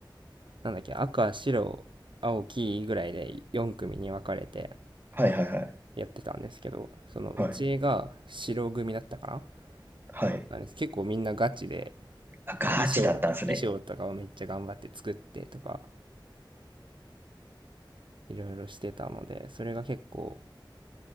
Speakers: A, on the right; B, on the right.
A: なんだっけ、赤、白、青、黄ぐらいで4組に分かれて
B: はいはいはい。
A: やってたんですけど、そのうちが白組だったかな
B: はい。はい。
A: なんです結構みんなガチで、
B: あ、ガチだったんですね。
A: 衣装、衣装とかをめっちゃ頑張って作ってとか、いろいろしてたので、それが結構